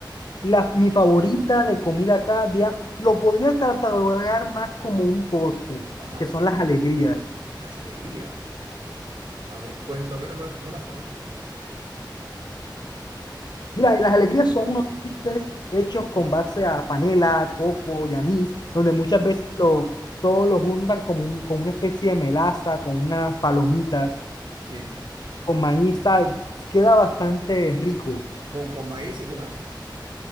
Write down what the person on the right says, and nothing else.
Ajá,
las alegrías. A ver, cuéntame, no, no las, no las conozco.
Sí.
¿Con, con maíz y qué más?